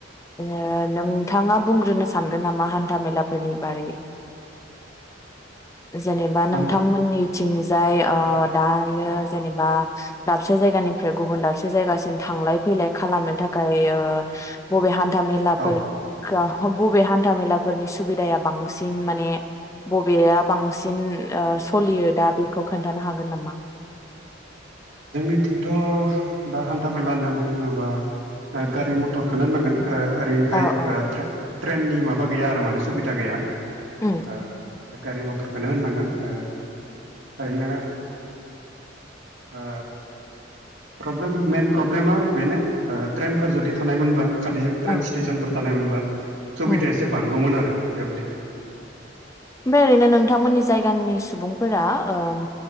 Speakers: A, on the left; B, on the right.
A: ओ नोंथाङा बुंग्रोनो सानगोन नामा हान्था मेलाफोरनि बारै? जेनेबा नोंथांमोननिथिंजाय
B: हान्था
A: ओ
B: औ
A: दायो जेनेबा दाबसे जायगानिफ्राय गुबुन दाबसे जायगासिम थांलाय फैलाय खालामनो थाखाय ओ बबे हा थामेलाफोर
B: औ
A: ग बबे हान्था मेलाफोरनि सुबिदाया बांसिन माने बबेया बांसिन सलियो दा बे खौ खोन्थानो हागोन नामा?
B: जोंनिथिंथ' दा हान्था मेला होनना बुङोबा गारि मथरखौनो होननांगोन। ओ-ओरैहाय
A: औ औ
B: त्रेन ट्रेननि माबा गैया आरो माने सुबिदा गैया।
A: ओम।
B: ओ दा गारि मथरखौनो होननांगोन ओ-ओरैनो ओ प्रब्लेम मेन प्रब्लेमा बेनो ओ ट्रेनफोर जुदि थानायमोनबा खाथिजों ट्रेन
A: औ
B: स्टेसनफोर थानाय मोनबा <inaudible> सुबिदा
A: उम
B: एसे बांगौमोन आरो। बेबायदिहाय ‌।
A: बे ओरैनो नोंथांमोननि जायगानि सुबुंफोरा ओम